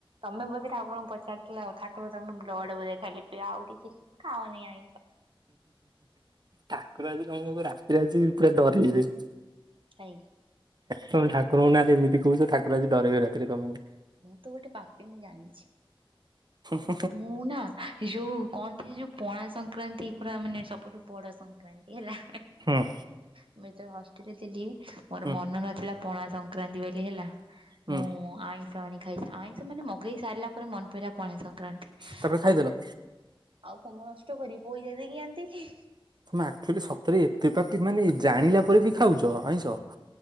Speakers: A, on the right; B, on the right.
A: ତମେ ବୋଧେ ଠାକୁରଙ୍କୁ ପଚାରିଥିଲ ଆଉ ଠାକୁର ତମେ ବ୍ଲଡ ବୋଧେ ଖାଲି ପିଅ ଆଉ କିଛି ଖାଅନି ଆ
B: ଠାକୁର ଆଜି ତମକୁ ରାତିରେ ଆସି ପୁରା ଡରେଇବେ। <inaudible>
A: କାହିଁକ?
B: ତମେ ଠାକୁରଙ୍କୁ ନାଁରେ ଏମିତି କହୁଛ ଠାକୁର ଆଜି ଡ଼ରେଇବେ ରାତିରେ ତମକୁ।
A: ମୁଁ ତ ଗୋଟେ ପାପି ମୁଁ ଜାଣିଛି।
B: ହଁ।
A: ମୁଁ ନା ଯୋଉ କହନ୍ତି ଯୋଉ ପଣା ସଂକ୍ରାନ୍ତି ପୁରା ମାନେ ସବୁଠୁ ବଡ ସଂକ୍ରାନ୍ତି ହେଲା।
B: ହୁଁ।
A: ମୁଁ ଯେତେବେଳେ ହଷ୍ଟେଲରେ ଥିଲି ମୋର
B: ହୁଁ
A: ମନ ନଥିଲା ପଣା ସଂକ୍ରାନ୍ତି ବୋଲି ହେଲା।
B: ହୁଁ।
A: ମୁଁ ଆଇଁଷ ଆଣି ଖାଇଛି ଆଇଁଷ ମାନେ ମଗେଇ ସାରିଲା ପରେ ମନେ ପଇଲା ପଣା ସଂକ୍ରାନ୍ତି।
B: ତାପରେ ଖାଇଦେଲ?
A: ଆଉ ଆଉ କଣ ମୁଁ ନଷ୍ଟ କରିିବି ପଇସା ଦେଇକି ଆଣିଥିଲି।
B: ତୁମେ ଆକ୍ଚୁଆଲି ସତରେ ଏତେ ପାପି ମାନେ ଜାଣିଲା ପରେ ବି ଖାଉଛ ଆଇଁଷ।